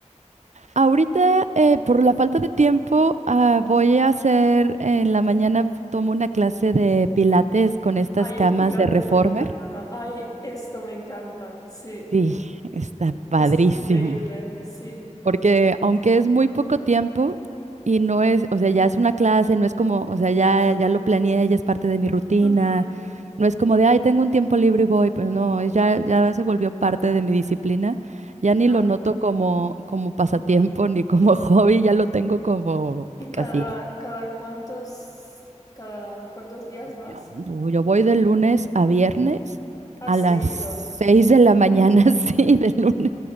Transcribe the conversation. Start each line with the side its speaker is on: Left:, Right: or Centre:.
Right: Ahorita, eh, por la falta de tiempo, ah, voy a hacer en la mañana, tomo una clase de pilates con estas
Left: Ay,
Right: camas
Left: el pilates
Right: de reformer.
Left: me encanta también. Ay, esto me encanta, sí.
Right: Sí, está padrísimo.
Left: Es increíble, sí.
Right: Porque aunque es muy poco tiempo y no es, o sea, ya es una clase, no es como, o sea, ya, ya lo planeé, ya es parte de mi rutina,
Left: Ujú,
Right: no es como de, ay, tengo un tiempo libre y voy, pues no, es ya, ya se volvió parte de mi disciplina, ya ni
Left: claro.
Right: lo noto como, como pasatiempo ni como <laughs> hobby, ya lo tengo como
Left: ¿Y cada,
Right: pues, así.
Left: cada cuántos, cada cuántos días vas?
Right: Yo, no, yo voy de lunes a viernes
Left: ¿A
Right: a
Left: seguidos?
Right: las seis de la mañana, <laughs> sí, de lunes.